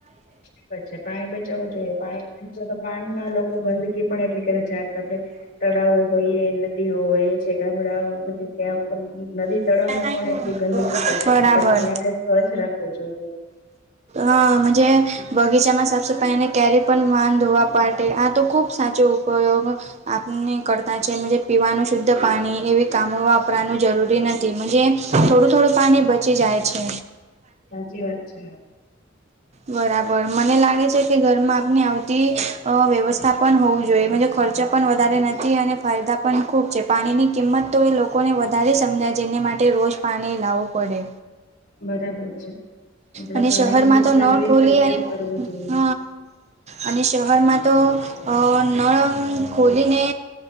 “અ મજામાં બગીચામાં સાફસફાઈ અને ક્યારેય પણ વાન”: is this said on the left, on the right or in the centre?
Right